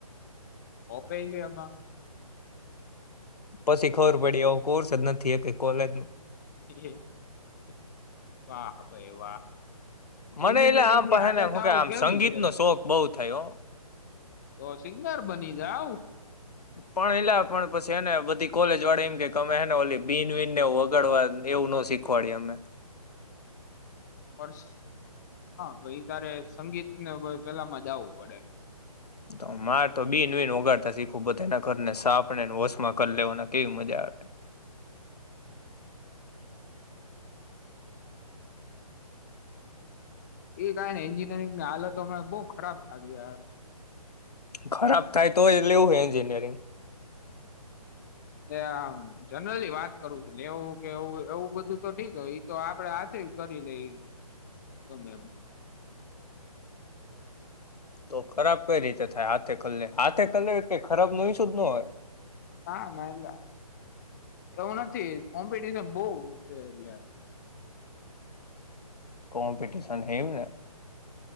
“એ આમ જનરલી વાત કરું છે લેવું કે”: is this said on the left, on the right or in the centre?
Left